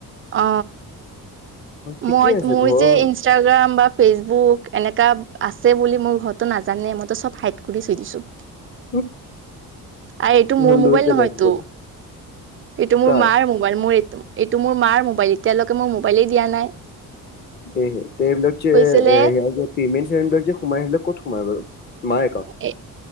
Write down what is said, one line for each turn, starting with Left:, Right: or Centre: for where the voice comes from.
Right: অ
Left: ঠিকে
Right: মই
Left: আছে
Right: মোৰ
Left: ঘৰ
Right: যে ইনষ্টাগ্ৰাম বা ফেচবুক এনেকা আছে বুলি মোৰ ঘৰতো নাজানে মইতো চব হাইড কৰি থৈ দিছো।
Left: <inaudible>
Right: আ এইটো
Left: নহয়
Right: মোৰ
Left: লৈ
Right: মোবাইল
Left: পেলাই
Right: নহয়টো
Left: গ'ল
Right: এইটো মোৰ
Left: কাৰ
Right: মাৰ মোৰ এইটো মোৰ মাৰ মোবাইল এতিয়ালৈকে মোৰ মোবাইলে দিয়া নাই।
Left: সেই এইবিলাক যে
Right: কৈছিলে
Left: পেমেণ্ট চেমেণ্ট বিলাক সোমাই সেইববিলাক কত সোমাই বাৰু মাৰ একাউণ্ট,
Right: এ